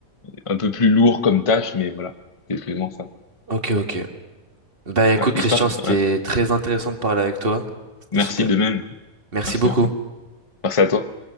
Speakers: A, on the left; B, on the right.
A: un peu plus lourds comme tâches, mais voilà, c'est exactement ça.
B: Ok, ok. Bah écoute,
A: Ouais, j'espère.
B: Christian, c'était
A: Ouais.
B: très intéressant de parler avec toi. C'était
A: Merci
B: super.
A: de même.
B: Merci
A: Merci,
B: beaucoup.
A: merci. Merci à toi.